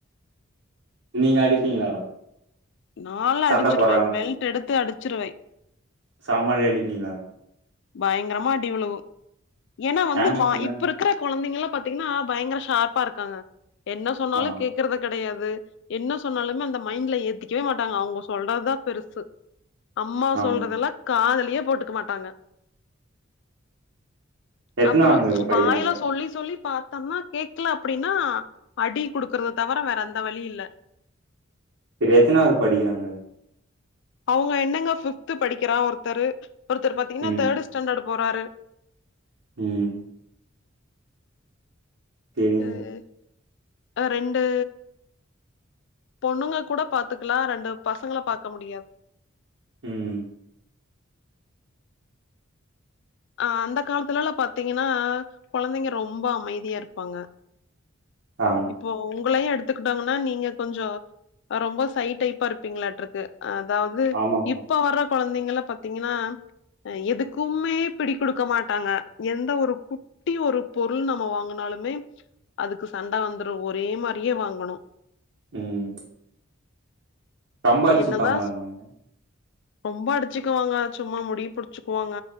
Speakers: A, on the right (about 65°); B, on the left (about 60°).
A: நீங்க அடிப்பீங்களா
B: நாளா
A: சண்ட
B: அடிச்சிருவே
A: போடுறாங்கன்னு
B: பெல்ட் எடுத்து அடிச்சிருவே
A: செமயா அடிப்பீங்களா
B: பயங்கரமா அடிவிழுகு ஏன்னா வந்து
A: ஏங்க
B: வா
A: சின்ன
B: இப்ப இருக் கற கொழந்தைங்கலா பாத்தீங்கன்னா பயங்கர ஷார்ப்பா இருக்காங்க என்ன சொன்னாலு
A: ஆ
B: கேக்கறது கெடையாது என்ன சொன்னாலுமே அந்த மைண்ட்ல ஏத்திக்கவே மாட்டாங்க அவங்க சொல்றத்தா பெருசு அம்மா
A: ஆமாங்க.
B: சொல்றதெல்லா காதுலியே போட்டுக்க மாட்டாங்க
A: எத்தனாவது
B: அப்புறோ
A: படிக்கிறாங்க?
B: வாயெலா சொல்லி சொல்லி பாத்தோன்னா கேக்கல அப்படின்னா அடி குடுக்கறத தவர வேற எந்த வழி இல்ல
A: சரி எத்தனாவது படிக்கிறாங்க
B: அவங்க என்னங்க ஃபிப்து படிக்கிறா ஒருத்தரு ஒருத்தர் பாத்தீங்கன்னா
A: ம்,
B: தேர்டு ஸ்டேண்டர்ட் போறாரு
A: ம் சரிங்க.
B: ம் அ ரெண்டு பொண்ணுங்க கூட பாத்துக்கலா ரெண்டு பசங்கல பாக்க முடியாது
A: ம்
B: அ அந்த காலத்துல எல்லா பாத்தீங்கன்னா கொழந்தைங்க ரொம்ப அமைதியா இருப்பாங்க
A: ஆம்
B: ஒ உங்களையு எடுத்துக்கிட்டோங்கன்னா நீங்க கொஞ்சோ ரொம்ப சை டைப்பா இருப்பீங்களாற்றுக்கு அதாவ்து
A: ஆமாங்க.
B: இப்ப வர்ற கொழந்தைங்ளா பாத்தீங்கின்னா எதுக்குமே பிடி குடுக்க மாட்டாங்க எந்த ஒரு கு ட்டி ஒரு பொருள் நம்ம வாங்கனாலுமே அதுக்கு சண்ட வந்துடும் ஒரே மாரியே வாங்கனு
A: ம் ரொம்ப அடிச்சுப்பாங்களாங்க
B: என்னதா
A: அவங்க?
B: ரொம்ப அடிச்சுக்குவாங்க சும்மா முடிய புடிச்சுக்குவாங்க